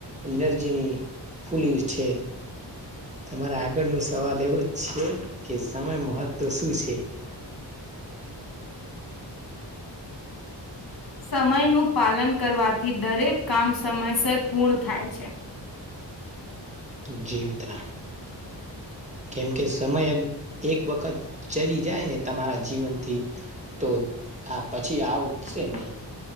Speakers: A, on the right; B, on the left.
A: એનર્જીની ફૂલી છે. તમારા આગળ નુ સવાલ એવો છે કે સમય મહત્વ શું છે.
B: સમયનું પાલન કરવાથી દરેક કામ સમયસર પૂર્ણ થાય છે.
A: જી મિત્રા કેમ કે સમય એક વખત ચલી જાય ને તમારા જીવનથી. તો આ પછી આવ ઉઠશે નહી.